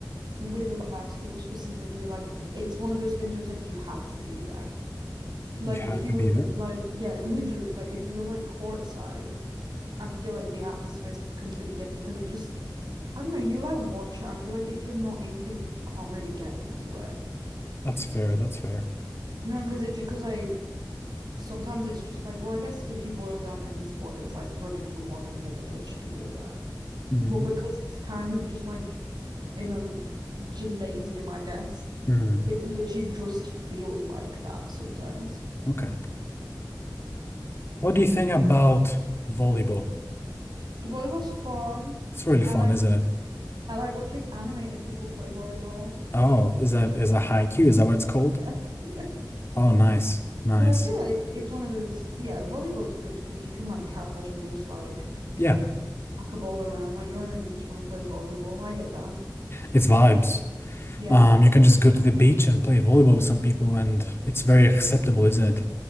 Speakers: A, on the right; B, on the left.
A: with basketball specifically, like it's one of those things where it's like you had to be there. Like
B: You have
A: if you
B: to
A: were
B: be
A: there,
B: there.
A: like yeah, <laughs> literally, like if you were like courtside, I feel like the atmosphere is completely different because it just I don't know, you like watch it. I feel like if you're not into it, you just can't really get into it.
B: That's fair. That's fair.
A: You know, because it because like sometimes it's just like, well, I guess if you boil down any sport, it's like running from one end of the pitch to the other.
B: Mhm.
A: But because it's kind of just like in a l- gymnasium, I guess,
B: Mhm.
A: it literally just feels like that sometimes.
B: Okay. What do you think about volleyball?
A: Volleyball's fun.
B: It's really
A: I
B: fun,
A: like
B: isn't it?
A: I like watching animated people play volleyball.
B: Oh, is that is a haiku? Is that what it's called?
A: Yeah. <laughs> Yeah.
B: Oh, nice, nice.
A: But I feel like it's one of those, yeah, volleyball's good because you can like casually just like
B: Yeah,
A: Pack a ball around, like you're on a beach, you want to play volleyball. I get that.
B: it's vibes.
A: Yeah.
B: Um, you can just go to the beach and play volleyball with some people, and it's very acceptable, isn't it?